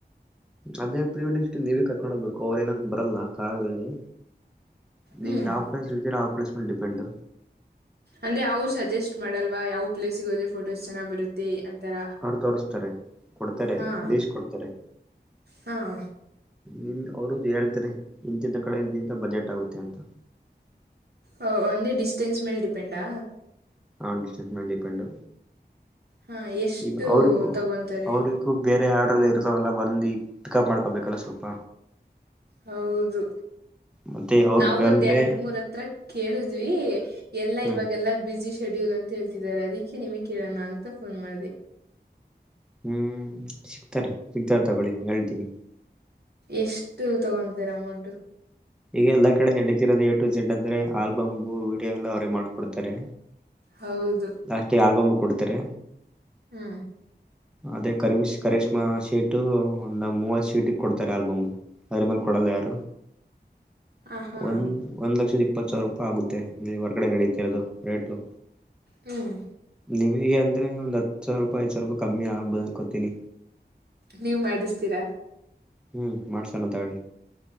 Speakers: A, in the centre; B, on the right (about 65°).
A: ಅದೇ ಪ್ರೀ ವೆಡ್ಡಿಂಗ್ ಶೂಟ್ ನೀವೇ ಕರ್ಕೊಂಡ ಹೋಗ್ಬೇಕು ಅವ್ರ ಏನಂತ ಬರಲ್ಲ ಕಾರಲ್ಲಿ ನೀವು
B: ಹ್ಮ್
A: ಯಾವ ಪ್ಲೇಸ್ ಏಳ್ತೀರಾ ಆ ಪ್ಲೇಸ್ ಮೇಲೆ ಡಿಪೆಂಡ
B: ಅಂದ್ರೆ ಅವ್ರು ಸಜೆಸ್ಟ್ ಮಾಡಲ್ವಾ ಯಾವ್ ಪ್ಲೇಸ್ಗೆ ಹೋದ್ರೆ ಫೋಟೋಸ್ ಚೆನ್ನಾಗಿ ಬರುತ್ತೆ ಥರ
A: ಅವ್ರು ತೋರ್ಸ್ತಾರೆ ಕೊಡ್ತಾರೆ
B: ಹಾಂ
A: ಲೀಸ್ಟ್ ಕೊಡ್ತಾರೆ
B: ಹಾಂ
A: ನಿಮ್ ಅವರುದು ಹೇಳ್ತಾರೆ ಇಂತಿಂತ ಕಡೆ ಇಂತಿಂತ ಬಜೆಟ್ ಆಗುತ್ತೆ ಅಂತ
B: ಓ ಒಂದೇ ಡಿಸ್ಟೆನ್ಸ್ ಮೇಲೆ ಡಿಪೆಂಡಾ
A: ಹಾ ಡಿಸ್ಟೆನ್ಸ್ ಮೇಲೆ ಡಿಪೆಂಡು
B: ಹಾಂ ಎಷ್ಟು
A: ಈಗ್ ಅವ್ರಿಗೂ
B: ತಗೊತಾರೆ
A: ಅವರಿಗೂ ಬೇರೆ ಆಡ್ ರ ಇರ್ತಾವಲ್ಲ ಬಂದು ಪಿಕಪ್ ಮಾಡ್ಕೋಬೇಕಲ್ಲ ಸ್ವಲ್ಪ
B: ಹೌದು
A: ಮತ್ತೆ ಅವ್ರ
B: ನಾವು
A: ಬಂದ್ರೆ
B: ಒಂದ್ ಎರಡ್ ಮೂರ್ ಹತ್ರ ಕೇಳಿದ್ವಿ ಎಲ್ಲಾ
A: ಹ್ಮ್
B: ಇವಾಗೆಲ್ಲಾ ಬ್ಯುಸಿ ಶೆಡ್ಯೂಲ್ ಅಂತ ಹೇಳ್ತಿದ್ದಾರೆ ಅದಕ್ಕೆ ನಿಮಿಗ್ ಕೇಳೋಣ ಅಂತ ಫೋನ್ ಮಾಡಿದೆ
A: ಹ್ಮ್ ಸಿಗ್ತಾರೆ ಸಿಗ್ತಾರ ತಗೊಳ್ಳಿ ಹೇಳ್ತೀನಿ
B: ಎಷ್ಟು ತಗೊಂಡ್ತಾರೆ ಅಮೌಂಟ
A: ಈಗ ಎಲ್ಲಾ ಕಡೆ ನಡೀತಿರೋದು ಏ ಟು ಜೆಡ್ ಅಂದ್ರೆ ಆಲ್ಬಮು ವಿಡಿಯೋ ಎಲ್ಲ ಅವರೇ ಮಾಡ್ಕೊಡ್ತಾರೆ
B: ಹೌದು
A: ಲಾಷ್ಟೀಗೆ ಆಲ್ಬಮ್ ಕೊಡ್ತಾರೆ
B: ಹ್ಞೂಂ
A: ಅದೇ ಕರಿ ಕರೀಶ್ಮಾ ಶೀಟು ಒಂದ್ ಮೂವತ್ ಶೀಟ ಕೊಡ್ತಾರೆ ಆಲ್ಬಮ್ ಅದರ ಮೇಲ್ ಕೊಡಲ್ಲ ಯಾರು
B: ಹಾಂ ಹಾಂ
A: ಒಂದ ಒಂದ್ ಲಕ್ಷದ ಇ ಇಪ್ಪತ್ತು ಸಾವಿರ ರೂಪಾಯಿ ಆಗುತ್ತೆ ಇಲ್ಲಿ ಹೊರಗಡೆ ನಡೀತಿರೋದು ರೇಟು
B: ಹ್ಮ್
A: ನಿಮಗೆ ಅಂದ್ರ ಒಂದೆ ಹತ್ತು ಸಾವಿರ ರೂಪಿಯ್ ಐದು ಸಾವರ ರೂಪಾಯಿ ಕಮ್ಮಿ ಆಗ್ಬೋ ಅನ್ಕೋತಿನಿ.
B: ನೀವ್ ಮಾಡಿಸ್ತೀರಾ
A: ಹ್ಮ್ ಮಾಡ್ಸೋಣ ತಗಿ